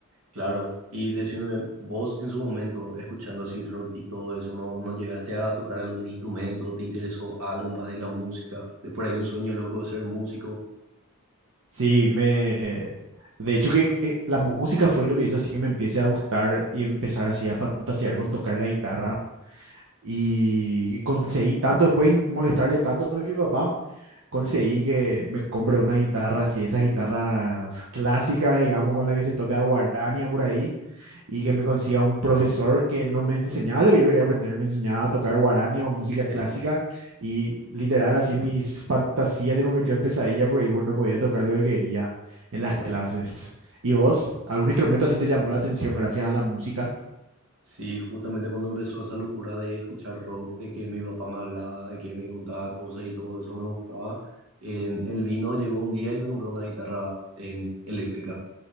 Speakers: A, on the right (about 85°); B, on the right (about 60°).
A: claro. Y decime, vos en su momento, escuchando así rock y todo eso, ¿no, no llegaste a tocar algún instrumento? ¿Te interesó algo más de la música? De por ahí un sueño loco de ser músico.
B: Sí, me... De hecho que eh, la música fue lo que hizo así que me empiece a gustar y empezar así a fantasear con tocar la guitarra. Y conseguí tanto, después de molestarle tanto a mi papá, conseguí que me compré una guitarra así, esas guitarras clásicas, digamos, con la que se toca guarania por ahí, y que me consiga un profesor que no me enseñaba lo que yo quería aprender, me enseñaba a tocar guarania o música
A: Sí.
B: clásica, y literal así mis fantasías se convirtió en pesadilla por ahí, porque no podía tocar lo que quería en las
A: Claro,
B: clases. ¿Y vos? ¿Algún instrumento así te llamó la atención gracias a la música?
A: sí, justamente cuando empezó esa locura de escuchar rock, de que mi papá me hablaba, de que me contaba cosas y todo eso me mostraba, en el vino llegó un día y me compró una guitarra en eléctrica